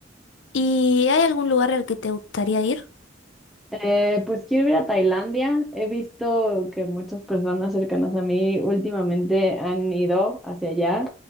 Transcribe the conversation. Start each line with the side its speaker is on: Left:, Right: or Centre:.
Left: ¿Y hay algún lugar al que te gustaría ir?
Centre: Eh, pues quiero ir a Tailandia. He visto que muchas personas cercanas a mí últimamente han ido hacia allá